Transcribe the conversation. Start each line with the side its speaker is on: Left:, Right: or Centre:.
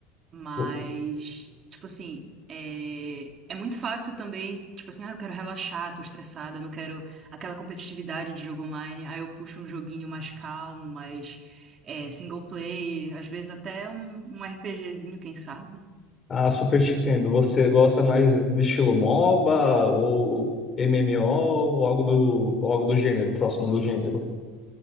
Right: Mas,
Left: O-
Right: tipo assim, é, é muito fácil também, tipo assim, ah, eu quero relaxar, tô estressada, não quero aquela competitividade de jogo online. Aí eu puxo um joguinho mais calmo, mais é, single player, às vezes até um, um RPGzinho, quem sabe.
Left: A Super Nintendo, você gosta mais de estilo MOBA ou MMO ou algo do, ou algo do gênero, próximo do gênero?